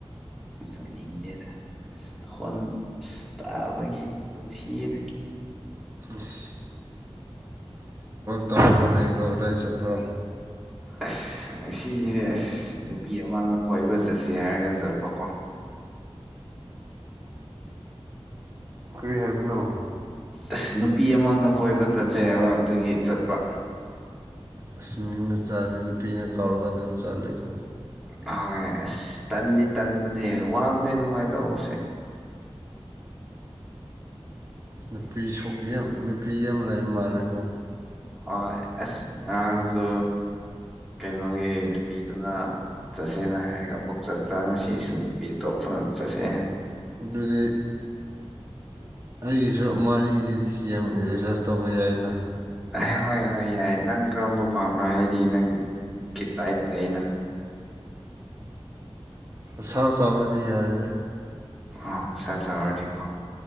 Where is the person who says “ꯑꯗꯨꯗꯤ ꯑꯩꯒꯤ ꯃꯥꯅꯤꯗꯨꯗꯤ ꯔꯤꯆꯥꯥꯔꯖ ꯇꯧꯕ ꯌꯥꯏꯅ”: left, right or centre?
Right